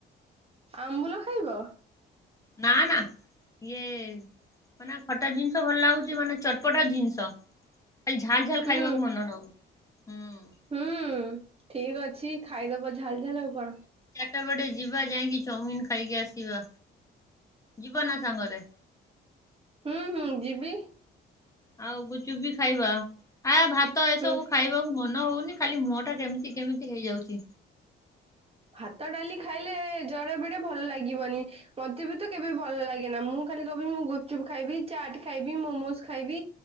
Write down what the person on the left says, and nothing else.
ନା ନା ଇଏ ମାନେ ଖଟା ଜିନିଷ ଭଲ ଲାଗୁଛି। ମାନେ ଚ ପଟ ଜିନିଷ ଖାଲି ଝାଲ ଝାଲ
ଖାଇବାକୁ ମନ ନଉ ହୁଁ
ସେପଟେ ଯିବା ଯାଇକି ଚାଉମିନ ଖାଇକି ଆସିବା। ଯିବା ନ ସାଙ୍ଗରେ।
ଆଉ ଗୁଚୁ ବିି ଖାଇବା ଆ ଭାତ ଏସବୁ
ଖାଇବାକୁ ମନ ହଉନି ଖାଲି ମୁହଁ ଟା କେମିତି କେମିତି ହେଇଯାଉଛି।